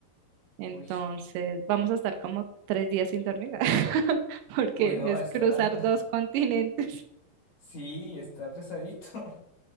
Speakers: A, on the right; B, on the left.
A: Entonces,
B: Uy,
A: vamos a estar como tres días sin dormir, <laughs> porque
B: uy, no,
A: es
B: está,
A: cruzar dos continentes.
B: <laughs> sí, está pesadito. <laughs>